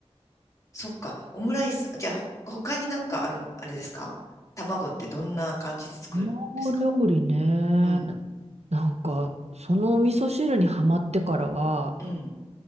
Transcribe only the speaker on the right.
卵料理ね。
なんか、そのお味噌汁にはまってからは、